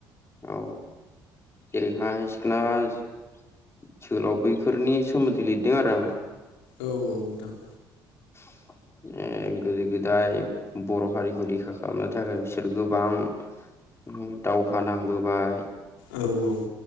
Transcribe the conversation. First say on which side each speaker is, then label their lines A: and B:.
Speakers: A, on the left; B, on the left.
A: औ जेरैहाय सिखोना जोहोलाव बै फोरनि सोमोन्दै लिरदों आरो आं
B: औ औ नोंथां
A: <inaudible> ए गोदो गोदाय बर' हारिखौ रैखा खालामनो थाखाय बिसोर गोबां ओम दावहा नांबोबाय
B: औ औ